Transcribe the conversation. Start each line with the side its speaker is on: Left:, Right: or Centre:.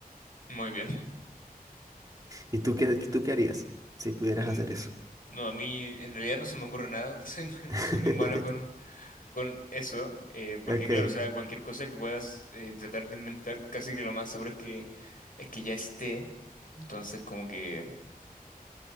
Left: Muy bien.
Right: ¿Y tú qué, tú qué harías si pudieras
Left: N-
Right: hacer
Left: n-
Right: eso?
Left: No, a mí en realidad no se me ocurre nada. <laughs> Soy, muy
Right: <laughs>
Left: soy muy malo con, con eso. eh, porque
Right: Ok,
Left: claro, o sea, cualquier cosa que puedas eh, tratar de inventar, casi que lo más seguro es que, es que ya esté. Entonces, como que...